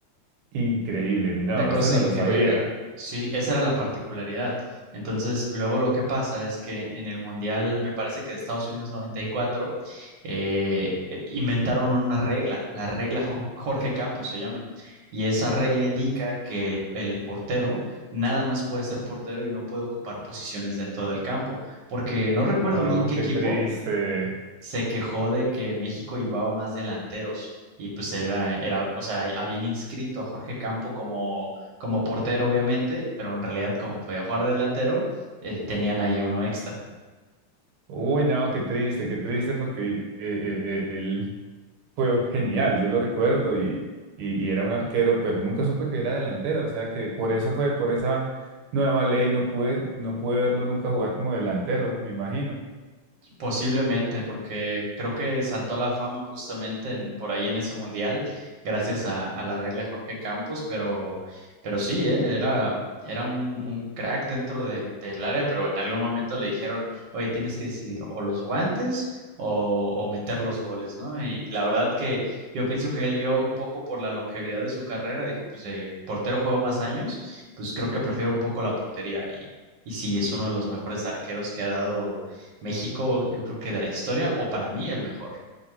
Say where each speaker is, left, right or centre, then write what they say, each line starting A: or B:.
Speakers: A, on the right (about 75°); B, on the right (about 60°).
A: increíble, no,
B: Una cosa
A: eso no
B: increíble.
A: lo sabía.
B: Sí, esa era la particularidad. Entonces, luego lo que pasa es que en el Mundial, me parece que de Estados Unidos 94, eh, eh, inventaron una regla, la regla Jor- Jorge Campos se llama. Y esa regla indica que el, el portero nada más puede ser portero y no puede ocupar posiciones dentro del campo. Porque no recuerdo
A: No,
B: bien qué
A: qué
B: equipo,
A: triste.
B: se quejó de que México llevaba más delanteros y pues era, era, o sea, habían inscrito a Jorge Campo como, como portero, obviamente, pero en realidad como podía jugar de delantero, eh, tenían ahí uno extra.
A: Uy, no, qué triste, qué triste porque eh, eh, eh, él fue genial, yo lo recuerdo y, y, y era un arquero, pero nunca supe que era delantero, o sea que por eso fue, por esa nueva ley no pude, no pude verlo nunca jugar como delantero, me imagino.
B: Posiblemente, porque creo que saltó a la fama justamente en- por ahí en ese mundial, gracias a, a la regla de Jorge Campos, pero, pero sí, ¿eh? Era, era un, un crack dentro de, del área, pero en algún momento le dijeron, oye, tienes que decidir o los guantes o, o meter los goles, ¿no? Y la verdad que yo pienso que él vio un poco por la longevidad de su carrera, dijo, pues de portero juego más años, pues creo que prefiero un poco la portería y, y sí, es uno de los mejores arqueros que ha dado México, yo creo que de la historia, o para mí el mejor.